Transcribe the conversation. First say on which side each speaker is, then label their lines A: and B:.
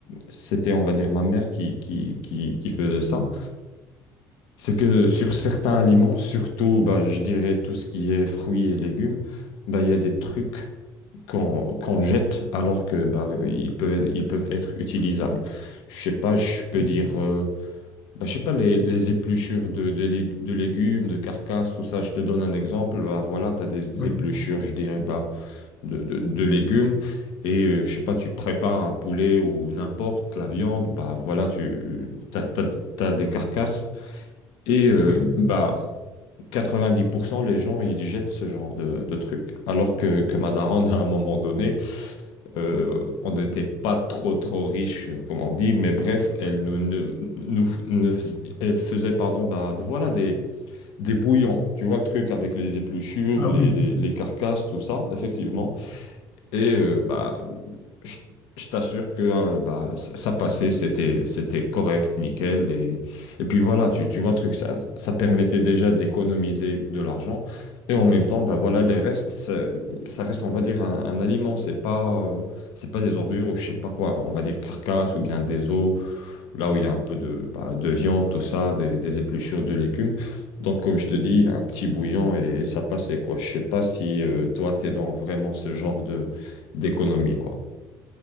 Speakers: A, on the left (about 70°); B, on the left (about 30°).
A: c'était, on va dire, ma mère qui, qui, qui, qui faisait ça. C'est que sur certains aliments, surtout, bah, je dirais tout ce qui est fruits et légumes, bah, il y a des trucs qu'on qu'on jette alors que bah, ils peuvent, ils peuvent être utilisables. Je sais pas, je peux
B: oui,
A: dire, euh, bah, je sais pas, les, les épluchures de, de, lég- de légumes, de carcasses, tout ça, je te donne un exemple. Bah, voilà, tu as des
B: oui,
A: épluchures, je dirais, bah, de, de, de légumes. Et euh, je sais pas, tu prépares un poulet ou n'importe la viande, bah voilà, tu t'as, t'as- t'as des carcasses. Et euh,
B: oui.
A: bah 90%, les gens, ils jettent ce genre de, de trucs. Alors que, que ma daronne, à un moment donné, euh, on n'était pas trop, trop riche, comme on dit, mais bref, elle nous, ne- nous, ne fais- elle faisait, pardon, bah, de- voilà, des, des bouillons. Tu vois le truc avec les épluchures,
B: Ah
A: les,
B: oui.
A: les, les carcasses, tout ça, effectivement. Et euh, bah, je, je t'assure que hein, bah, ça ça passait, c'était, c'était correct, nickel. Et, et puis voilà, tu, tu vois, le truc, ça, ça permettait déjà d'économiser de l'argent. Et en même temps, bah voilà, les restes, ça, ça reste, on va dire, un, un aliment. C'est pas, euh, c'est pas des ordures ou je sais pas quoi. On va dire carcasse ou bien des os, là où il y a un peu de, bah, de viande, tout ça, des, des épluchures de légumes. Donc, comme je te dis, un petit bouillon et, et ça passait, quoi. Je sais pas si euh, toi, t'es dans vraiment ce genre de d'économie, quoi.